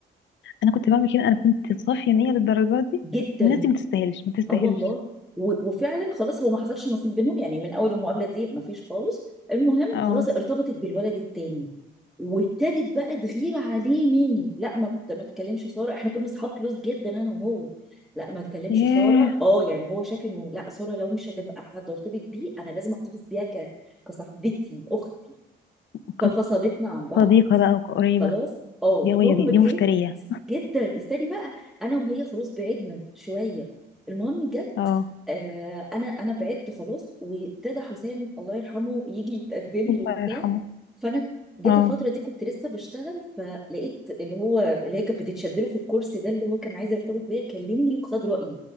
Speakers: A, on the left; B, in the centre.
A: انا كنت بعمل كده انا كنت صافيه نيه للدرجه دي
B: جدا
A: الناس دي ما تستاهلش ما تستاهلش
B: اه والله و- وفعلا خلاص هو ما حصلش نصيب بينهم يعني من اول المقابله دي ما فيش خالص المهم
A: اه
B: خلاص ارتبطت بالولد التاني وابتدت بقى تغير عليه مني لا ما ما تكلمش ساره احنا كنا اصحاب كلوز جدا انا وهو لا ما تكلمش
A: ياه
B: ساره اه يعني هو شاف انه لا ساره لو مش هتبقى حد ارتبط بيه انا لازم احتفظ بيها ك... كصاحبتي اختي
A: وكانت
B: ففصلتنا عن بعض
A: صديقة بقى وقريبة
B: خلاص اه
A: دي
B: المهم
A: قوية دي
B: جه
A: دي مفترية
B: جدا استني بقى انا وهي خلاص بعدنا شويه المهم جت
A: اه
B: آه انا انا بعدت خلاص وابتدى حسام الله يرحمه يجي يتقدم لي
A: الله
B: وبتاع
A: يرحمه
B: فانا جيت
A: اه
B: الفتره دي كنت لسه بشتغل فلقيت اللي هو اللي هي كانت بتتشدله في الكرسي ده اللي هو كان عايز يرتبط بيا كلمني وخد رايي